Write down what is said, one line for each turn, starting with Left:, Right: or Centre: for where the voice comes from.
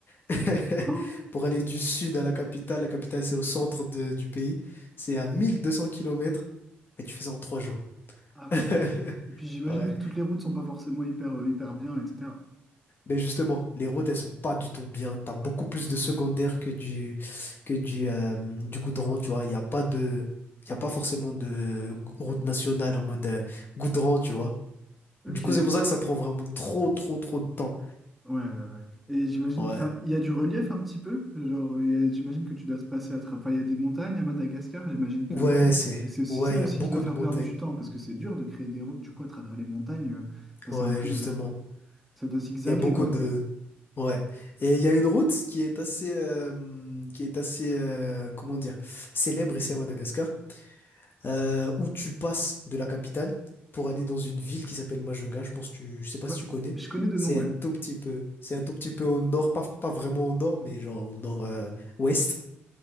Left: <laughs>
Centre: <laughs>
Left: Pour aller du sud à la capitale, la capitale c'est au centre de- du pays. C'est à 1200 kilomètres, mais tu fais ça en 3 jours.
Centre: Ah oui.
Left: <laughs>
Centre: Et puis j'imagine
Left: Ouais.
Centre: que toutes les routes sont pas forcément hyper, euh, hyper bien, etc.
Left: Mais justement, les routes, elles sont pas du tout bien. T'as beaucoup plus de secondaires que du, que du, euh, du goudron, tu vois. Il n'y a pas de, il y a pas forcément de route nationale en mode euh, goudron, tu vois.
Centre: Ok.
Left: Du coup,
Centre: Ouais,
Left: c'est pour ça que ça prend vraiment trop, trop, trop de temps.
Centre: ouais, ouais. Et j'imagine,
Left: Ouais.
Centre: enfin, il y a du relief un petit peu. Genre, il y a- j'imagine que tu dois te passer à travers. Enfin, il y a des montagnes à Madagascar, j'imagine que
Left: Ouais,
Centre: oui.
Left: c'est,
Centre: Et c'est aussi
Left: ouais,
Centre: ça
Left: il
Centre: aussi
Left: y a beaucoup
Centre: qui doit faire
Left: de montagnes.
Centre: perdre du temps, parce que c'est dur de créer des routes du coup à travers les montagnes. euh. Enfin,
Left: Ouais,
Centre: c'est un peu.
Left: justement.
Centre: euh, Ça doit zigzaguer,
Left: Il y a beaucoup
Centre: quoi.
Left: de, ouais. Et il y a une route qui est assez, euh, qui est assez, euh, comment dire, célèbre ici à Madagascar. euh, où tu passes de la capitale pour aller dans une ville qui s'appelle Majunga. Je pense que tu, je sais pas
Centre: Ouais,
Left: si tu connais.
Centre: je connais de
Left: C'est
Centre: nom, ouais.
Left: un tout petit peu, c'est un tout petit peu au nord, pas, pas vraiment au nord, mais genre au nord-ouest.